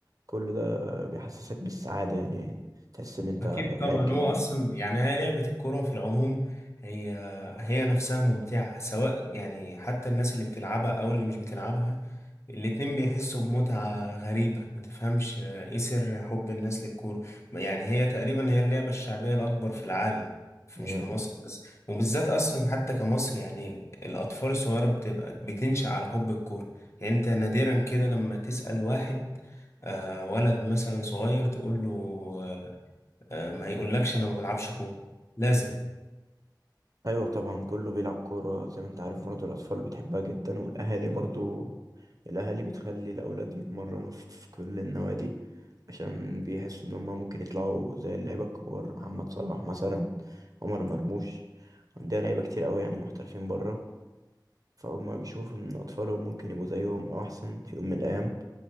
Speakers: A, on the right; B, on the left.
A: كل ده بيحسسك بالسعادة يعني تحس ان انت
B: أكيد طبعا
A: لعيب كبير
B: هو أصلا يعني هي لعبة الكورة في العموم هي هي نفسها ممتعة سواء يعني حتى الناس اللي بتلعبها أو اللي مش بتلعبها الاتنين بيحسوا بمتعة غريبة ما تفهمش إيه سر حب الناس للكورة يعني هي تقريبا هي اللعبة الشعبية الأكبر في العالم في-
A: هي
B: مش في مصر بس وبالذات أصلا حتى كمصر يعني الأطفال الصغيرة بتبقى بتنشأ على حب الكورة يعني أنت نادرا كده لما تسأل واحد آه، ولد مثلا صغير تقول له آه، آه، ما يقولكش انا ما بلعبش كورة لازم
A: ايوه طبعا كله بيلعب كوره زي ما انت عارف برضه الاطفال بتحبها جدا والاهالي برضه الاهالي بتخلي الاولاد يتمرنوا في في كل النوادي عشان بيحسوا ان هم ممكن يطلعوا زي اللعيبه الكبار محمد صلاح مثلا عمر مرموش عندنا لعيبه كتير قوي يعني محترفين بره فهم بيشوفوا ان اطفالهم ممكن يبقوا زيهم او احسن في يوم من الايام